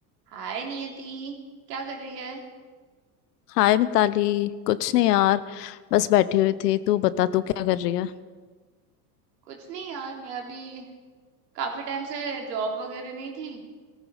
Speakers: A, on the right; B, on the left.
A: हाय नियति क्या कर रही है
B: हाय मिताली कुछ नहीं यार बस बैठे हुए थे तू बता तू क्या कर रही है
A: कुछ नहीं यार मैं अभी काफी टाइम से जॉब वगैरह नहीं थी